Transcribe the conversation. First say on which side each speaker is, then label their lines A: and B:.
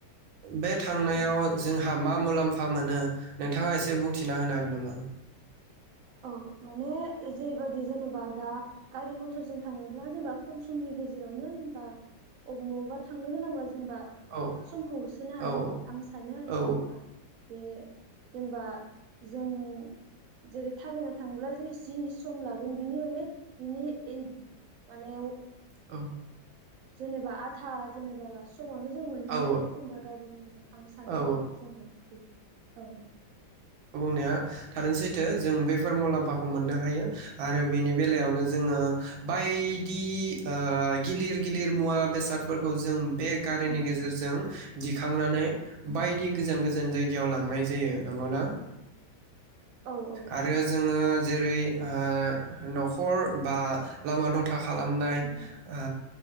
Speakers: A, on the right (about 80°); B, on the right (about 65°).
A: बे थांनायाव
B: औ
A: जों मा मुलाम्फा मोनो नोंथाङा एसे बुंथिना होनो हागोन नामा
B: औ माने जेरैबायदि जेनेबा दा गारि मथर जों थाङोब्ला जेनेबा खम समनि गेजेरावनो जेनेबा बबावबा थांनो गोनांबा जेनेबा
A: औ
B: समखौ होसोनो हायो
A: औ
B: आं सानो आरो
A: औ
B: जेनेबा जे जेनेबा जों जेरै थाबायनो थांब्ला जे जि सम लागोन बिनि माने बिनि माने
A: औ
B: जेनेबा आ था जेनेबा समावनो जों मोनहैनो
A: औ
B: हायो जेनेबा गारि मथरजों आं सानो
A: औ
B: आरो जेनेबा बि औ
A: नाया थारैनो सै थो जों बेफोर मुलाम्फाखौ मोननो हा हायो आरो बेनि बेलायावनो जोङो बायदि ओ गिलिर गिलिर मुवा बेसादफोरखौ जों बे गारिनि
B: औ
A: गेजेरजों दिखांनानै बायदि गोजान गोज गोजान जायगायाव लांनाय जायो नंगौना।
B: औ औ नंगौ
A: आरो जोङो जेरै ओ न'खर बा लामा द था खालामनाय
B: उम उम
A: ओ